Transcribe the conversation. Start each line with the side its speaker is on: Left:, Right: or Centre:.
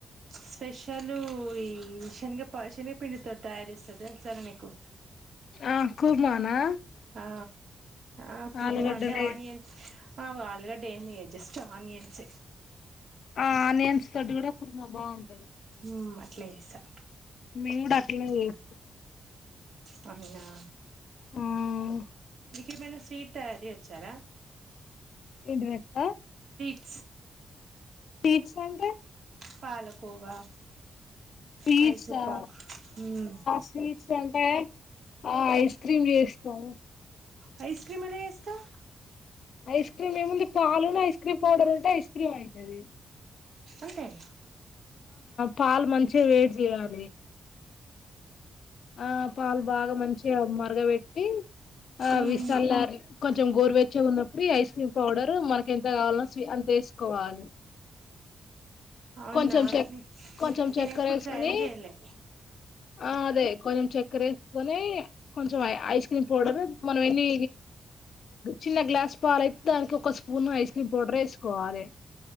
Right: స్పెషలు ఈ శెన్గ ప శెనగపిండితొ టయార్జేస్తదె <unintelligible>
Left: ఆ కూర్మానా
Right: ఆ ఆ కుర్మ
Left: ఆలుగడ్డలే
Right: అంటే ఆనియన్స్ ఆ ఆలుగడ్డ ఏమియ జస్ట్ ఆనియన్స్
Left: ఆ నేన్స్ దొడ్డుగ కూడా కుర్మబా ఉ
Right: హ అట్లేసా
Left: మేము కూడా అట్లనే చేస్తాం
Right: పర్యా
Left: ఆ
Right: ఏమైనా స్వీట్ తయారీ వచ్చారా
Left: ఏది వప్పా
Right: సి
Left: సీట్ సంట
Right: పాలకోవా
Left: స్వీట్స్రా
Right: మైసూర్ పాక్ మ్మ్
Left: స్వీట్స్ అంటే ఆ ఐస్ క్రీమ్ చేస్తాను
Right: ఆఐస్క్రీమ్ అలా ఎస్ కా
Left: ఐస్ క్రీమ్ ఏముంది పాలును ఐస్ క్రీమ్ పౌడర్ ఉంటే ఐస్ క్రీమ్ అవుతుంది
Right: అంతంతనా
Left: పాలు మంచిగా వేట్ చేయాలి ఆ పాలు బాగా మంచిగా మరగబెట్టి ఆ
Right: మ్మ్
Left: విసల్ కొంచెం గోరువెచ్చే ఉన్నప్పుడు ఐస్ క్రీమ్ పౌడరు మనకి ఎంత కావాలో అంత వేసుకోవాలి
Right: అవును
Left: కొంచెం
Right: అవు
Left: చె కొంచెం
Right: నేను
Left: చక్కెర
Right: ఎప్పుడు
Left: వేసుకొని
Right: ట్రై చేయలే
Left: ఆ అదే కొంచెం చక్కెర వేసుకొని కొంచెంఐ ఐస్ క్రీమ్ పౌడర్ మనం ఎన్ని చిన్న గ్లాస్ పాలయితే దానికి ఒక స్పూన్ ఐస్ క్రీమ్ పౌడర్ వేసుకోవాలి